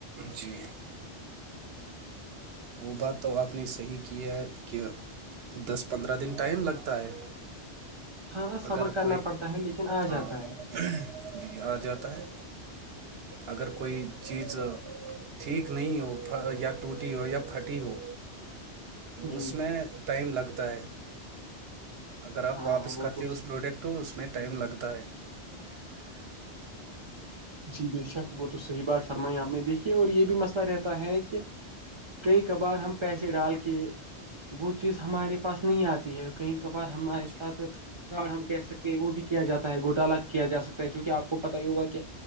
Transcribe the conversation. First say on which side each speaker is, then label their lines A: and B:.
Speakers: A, on the right; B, on the right.
A: جی وہ بات تو آپ نے صحیح کی ہے کہ دس پندرہ دن ٹائم لگتا ہے
B: ہاں صفر
A: اگر
B: کرنا
A: کوئی
B: پڑتا ہے لیکن آ
A: ہاں
B: جاتا ہے
A: جی آ جاتا ہے اگر کوئی چیز ٹھیک نہیں ہو یا ٹوٹی ہو یا پھٹی ہو
B: جی
A: اس میں ٹائم لگتا ہے اگر آپ
B: ہاں
A: واپس
B: وہ
A: کرتے
B: تو
A: ہو اس
B: صحیح
A: پروڈکٹ تو اس میں ٹائم لگتا ہے ہاں ہ
B: جی بے شک وہ تو صحیح بات فرمائی آپ نے دیکھی اور یہ بھی مسئلہ رہتا ہے کہ کئی کبار ہم پیسے ڈال کے وہ چیز ہمارے پاس نہیں آتی ہے کہیں کبار ہمارے
A: جی
B: ساتھ اور ہم کہہ سکتے ہیں وہ بھی کیا جاتا ہے گوٹالا کیا ج سکتا ہے جوونکہ آپ کو پت ہی ہوگا کہ